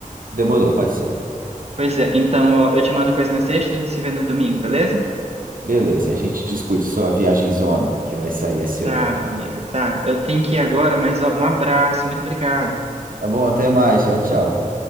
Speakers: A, on the right (about 80°); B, on the right (about 50°).
A: Demorou, pode ser.
B: Pois é, então ó, eu te mando coisa na sexta, a gente se vê no domingo, beleza?
A: Beleza, a gente discute sua viagem zona que vai sair esse
B: Tá,
A: ano, então.
B: amigo, tá. Eu tenho que ir agora, mas ó, um abraço, muito obrigado.
A: Tá bom, até mais. Tchau, tchau.